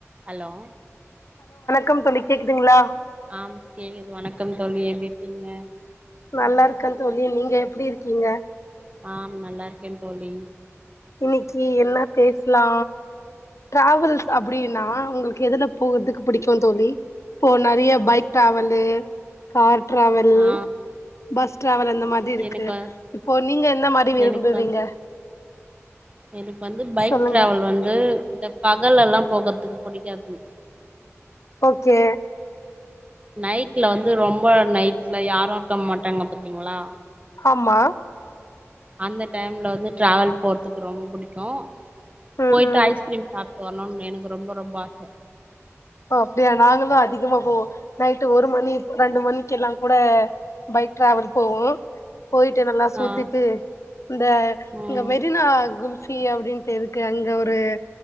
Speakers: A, on the right (about 25°); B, on the left (about 70°).
A: hello
B: கம் தோழி கேக்குதுங்களா
A: ஆம் கேக்குது வணக்கம் தோழி எப்டி இருக்கிங்க
B: நல்லா இருக்க தோழி நீங்க எப்டி இருக்கீங்க
A: ஆம் நல்லா இருக்கே தோழி
B: இன்னைக்கு என்ன பேசலா டிராவல்ஸ் அப்டினா உங்களுக்க எதுல போகறதுக்கு புடிக்கு கோ தோழி இப்போ நறைய பைக் டிராவலு கார் டிராவல்
A: ஆ
B: பஸ் டிராவல் அந்த மாரி இருக்கு
A: எனக்கு
B: இப்போ நீங்க எந்த மாரி விரும்புவீங்க
A: எனக்கு வந் எனக்கு வந்து பைக்
B: சொல்லுங்க
A: டிராவல் வந்து இந்த பா பகல்லலா போகறதுக்கு புடிக்காது
B: ஓகே
A: நைட்ல வந்து ரொம்ப நைட்ல யாரு இருக்க மாட்டாங்க பாத்தீங்களா
B: ஆமா
A: அந்த டைம்ல வந்து டிராவல் போறதுக்கு ரொம்ப புடிக்கு
B: ம்
A: போயிட்டு
B: ம்
A: ஐஸ்கிரீம் சாப் போனுன்னு எனக்கு ரொம்ப ரொம்ப ஆச
B: அப்டியா நாங்களு அதிகமா போவோ நைட்டு் ஒரு மணி ரெண்டு மணிக்குலா கூட பைக் டிராவல் போவோ போயிட்டு நல்லா சுத்திட்டு
A: ஆ
B: இந்த
A: ம்
B: இங்க மெரினா குல் சி அப்டின்டு இருக்கு அங்க ஒரு